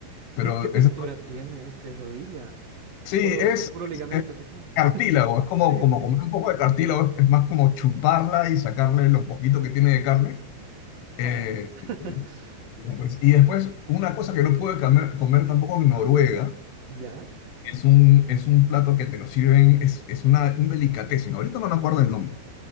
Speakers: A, on the left (about 85°); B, on the right (about 60°).
A: Pero
B: ¿Qué, qué textura
A: es-
B: tiene? Es que rodilla.
A: sí,
B: Puro,
A: es
B: puro ligamento, quizá.
A: cartílago, es como,
B: Sí,
A: como
B: sí.
A: comer un poco de cartílago, es, es más como chuparla y sacarle lo poquito que tiene de carne.
B: Ah.
A: Eh,
B: <laughs>
A: eh, y pues- y después, una cosa que no pude comer, comer tampoco en Noruega,
B: ¿Ya?
A: es un, es un plato que te lo sirven, es, es una, un delicatessen, ahorita no me acuerdo el nombre